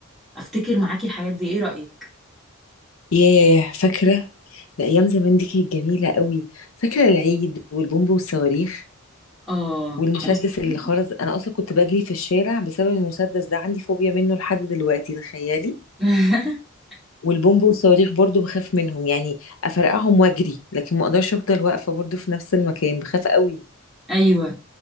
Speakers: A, in the centre; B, on the left (about 75°).
A: افتكر معاكي الحاجات دي ايه رأيك
B: ياه فاكرة ده أيام زمان دي كانت جميلة قوي فاكرة العيد والبومب والصواريخ
A: اه
B: والمسدس
A: بصي
B: اللي خرز أنا أصلا كنت بجري في الشارع بسبب المسدس ده عندي فوبيا منه لحد دلوقتي تخيلي
A: <laughs>
B: والبومب والصواريخ برضو بخاف منهم يعني أفرقعهم وأجري لكن ما أقدرش أفضل واقفة برضو في نفس المكان بخاف قوي
A: ايوه